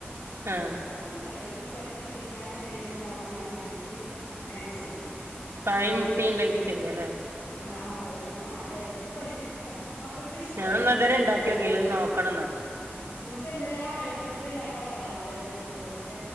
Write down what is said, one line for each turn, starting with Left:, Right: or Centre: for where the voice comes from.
Right: ആഹ്
Left: പെട്ടെന്ന് റെഡിയകും ഇപ്പൊ പെട്ടന്ന് വിരുന്നാരൊക്കെ വരുണ്ടെന്ന്റിഞ്ഞാലും ഞമുക്ക് അങ്ങനെയൊക്കെ ചെയ്യാം
Right: കൈ മുട്ടിയ ഉണ്ടെങ്കി ചെയ്യല്ലേ
Left: ആഹ് പഴിമുട്ടി ഞാ എളുപ്പം എനിക്കിഷ്ട മക്കൾക്ക് ഇഷ്ട
Right: ഞാൻന്നതുരെ
Left: ഇവിടത്
Right: ഉണ്ടാക്കി നോക്കല്ലന്ന് നോക്കണം എന്ന
Left: നമുക്ക് എന്തല്ല ആ എളുപ്പത്തിൽ ഉണ്ടാക്കാനുള്ള പലഹാരങ്ങൾ ഉണ്ട <unintelligible> നല്ല